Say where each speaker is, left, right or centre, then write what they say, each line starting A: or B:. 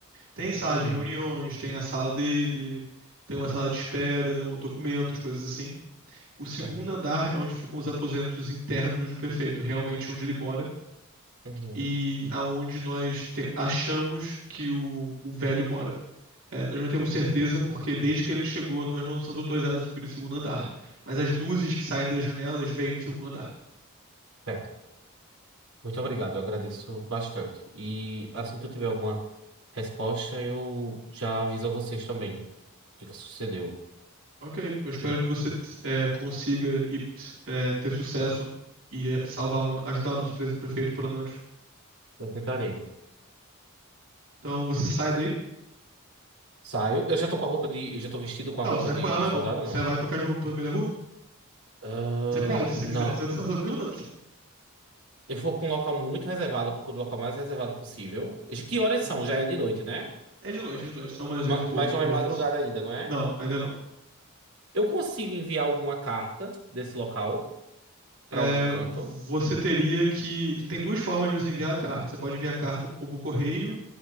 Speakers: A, on the right (about 65°); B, on the right (about 75°).
A: Tem sala
B: Uhum.
A: de reuniões, tem a sala dele, tem uma sala de espera, ou documentos, coisas assim. O segundo
B: Certo.
A: andar é onde ficam os aposentos internos do prefeito, realmente onde ele mora,
B: Uhum.
A: e aonde nós te- achamos que o, o velho mora. É, nós não temos certeza porque desde que ele chegou nós não somos autorizados a subir no segundo andar. Mas as luzes que saem das janelas vêm do segundo andar.
B: Certo. Muito obrigado, eu agradeço bastante. E assim que eu tiver alguma resposta, eu já aviso a vocês também o que que sucedeu.
A: Ok, eu espero que você é, consiga e, é, ter sucesso e é, salvar, o no- ajudar o nosso pre- prefeito pelo menos.
B: Eu tentarei.
A: Então você sai daí?
B: Saio. Eu já tô com a roupa de. Eu já tô vestido com a
A: Não,
B: roupa
A: você tá
B: de
A: com ela na
B: soldado,
A: mão.
B: não.
A: Você vai trocar de roupa pelo meio da rua?
B: Ah,
A: Você pode, se
B: não.
A: quiser. <laughs> Você tá só perguntando.
B: Eu vou pra um local muito reservado, eu procuro o local mais reservado possível. De Que horas
A: Uhum.
B: são? Já é de noite, né?
A: É de noite, é de noite. São mais
B: Ma-
A: oito e pouco,
B: Mas não
A: imagina
B: é madrugada
A: assim.
B: ainda, não é?
A: Não, ainda não.
B: Eu consigo enviar alguma carta desse local pra
A: é,
B: algum canto.
A: você teria que. Tem duas formas de você enviar a carta. Você pode enviar a carta por correio